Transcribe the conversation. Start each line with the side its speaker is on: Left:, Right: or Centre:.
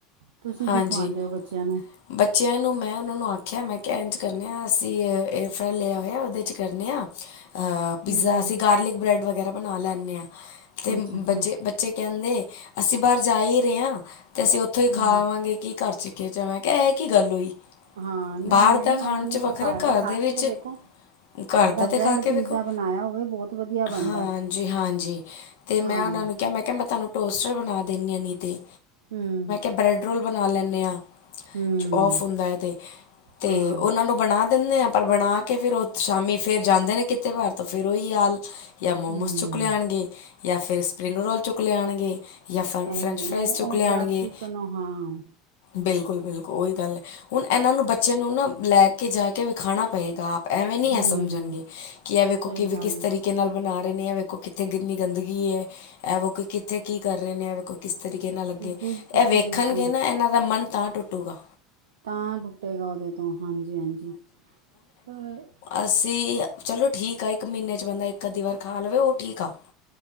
Right: ਤੁਸੀਂ
Left: ਹਾਂਜੀ
Right: ਕੀ ਖਵਾਉਣਦੇ ਹੋ ਬੱਚਿਆਂ ਨੂੰ?
Left: ਬੱਚਿਆਂ ਨੂੰ ਮੈਂ ਉਹਨਾਂ ਨੂੰ ਆਖਿਆ ਮੈਂ ਕ ਇੰਝ ਕਦੇ ਹਾਂ ਅਸੀਂ ਲ ਹੋਇ ਉਹਦੇ ਪੀਾ
Right: ਹੂੰ ਹੂੰ
Left: ਅਸੀ ਗ ਬ੍ਰ ਵ <unintelligible> ਬਣਾ ਲੈਂਨੇ ਹਾਂ ਤੇ
Right: ਅੱਛਾ
Left: ਬੱਜੇ
Right: ਅੱਛਾ
Left: ਬੱਚੇ ਬੱਚੇ ਕਹਿੰਦੇ ਅਸੀਂ ਬਾਹਰ ਜਾ ਹੀ ਰਹੇ ਹਾਂ ਤੇ ਅਸੀਂ ਉੱਥੇ
Right: ਹੂੰ
Left: ਖਾਵਾਂਗੇ ਕੀ ਘਰ 'ਚ ਖੇਚਵਾਂ ਕਿਹਾ ਇਹ ਕੀ ਗੱਲ ਹੋਈ
Right: ਹਾਂ ਨਹੀਂ
Left: ਬਾਹਰ
Right: ਨਹੀਂ
Left: ਦਾ ਖਾਣ
Right: ਉਹਨਾਂ ਨੂੰ
Left: 'ਚ ਵ
Right: ਕੋ
Left: ਘਰ
Right: ਦਾ ਖਾ
Left: ਦੇ
Right: ਕੇ
Left: ਵਿੱਚ
Right: ਤਾਂ ਦੇਖੋ
Left: ਘਰ ਦਾ
Right: ਬ੍ਰੈਡ
Left: ਤੇ ਖਾ ਕੇ
Right: ਪੀਜ਼ਾ
Left: ਵੇਖੋ
Right: ਬਣਾਇਆ ਹੋਵੇ ਬਹੁਤ ਵਧੀਆ ਬਣਦਾ
Left: ਹਾਂਜੀ-ਹਾਂਜੀ
Right: ਹੈ।
Left: ਅਤੇ ਮੈਂ
Right: ਹਾਂ
Left: ਉਹਨਾਂ ਨੂੰ ਕਿਹਾ ਮੈਂ ਕਿਹਾ ਮੈਂ ਤੁਹਾਨੂੰ ਟੋਸਟਰ ਬਣਾ ਦਿੰਦੀ ਹ ਨਹੀਂ ਤੇ
Right: ਹਮ
Left: ਬਰੈਡਰੋਲ ਬਣਾ ਲੈਨੇ ਆਂ
Right: ਹੂੰ
Left: ਆਫ ਹੁੰਦਾ ਤੇ
Right: ਹਾਂ
Left: ਉਹਨਾ ਨੂੰ ਬਣਾ ਦਿੰਦੇ ਆ ਪਰ ਬਣਾ ਕੇ ਫਿਰ ਉਹ ਸ਼ਾਮੀ ਫੇਰ ਜਾਂਦੇ ਨੇ ਕਿੱਤੇ ਬਾਹਰ ਤੋਂ ਫੇਰ ਉਹੀ ਹਾਲ ਜਾਂ ਮੋਮੋਸ
Right: ਹੂੰ
Left: ਚੁੱਕ ਲਿਆਣਗੇ ਜਾਂ ਫਿਰ ਸਪਰਿੰਗ ਰੋਲ ਚੁੱਕ ਲਿਆਣਗੇ ਜਾਂ ਫ'
Right: ਇਹੀ
Left: ਫਰੈਂਚ
Right: ਹੈ
Left: ਫਰਾਈਜ਼
Right: ਨਾ ਉਹ
Left: ਚੁੱਕ
Right: ਉਹ
Left: ਲਿਆਣਗੇ
Right: ਜਾਤੀ ਕਨੋ ਹਾਂ
Left: ਬਿਲਕੁਲ-ਬਿਲਕੁਲ ਉਹੀ ਗੱਲ ਹੁਣ ਇਹਨਾਂ ਨੂੰ ਬੱਚਿਆਂ ਨੂੰ ਨਾ ਲੈ ਕੇ ਜਾ ਕੇ ਵਿਖਾਉਣਾ ਪਏਗਾ ਐਵੇਂ ਨੀ
Right: ਹੂੰ
Left: ਹੈ ਸਮਝਣਗੇ, ਕਿ ਇਹ ਵੇਖੋ
Right: ਸਹੀ
Left: ਕਿਵੇਂ
Right: ਗੱਲ
Left: ਕਿਸ ਤਰੀਕੇ ਨਾਲ ਬਣਾ ਰਹੇ ਨੇ ਇਹ ਵੇਖੋ ਇੱਥੇ ਕਿੰਨੀ ਗੰਦਗੀ ਏ ਐ ਵ' ਕੋਈ ਕਿੱਥੇ ਕੀ ਕਰ ਰਹੇ ਨੇ ਕੋ ਕਿਸ ਤਰੀਕੇ ਨਾਲ ਲੱਗੇ
Right: ਬਿਲਕੁਲ
Left: ਇਹ
Right: ਜੀ
Left: ਵੇਖਣਗੇ
Right: ਬਿਲਕੁਲ
Left: ਨਾ ਇਹਨਾਂ ਦਾ ਮਨ ਤਾਂ ਟੁੱਟੂਗਾ
Right: ਤਾਂ ਟੁੱਟੇਗਾ ਉਹਦੇ ਤੋਂ ਹਾਂਜੀ-ਹਾਂਜੀ ਪਰ
Left: ਅੱਸੀ ਚਲੋ ਠੀਕ ਆ ਇੱਕ ਮਹੀਨੇ 'ਚ ਬੰਦਾ ਇੱਕ ਅੱਧੀ ਵਾਰ ਖਾ ਲਵੇ ਉਹ ਠੀਕ ਆ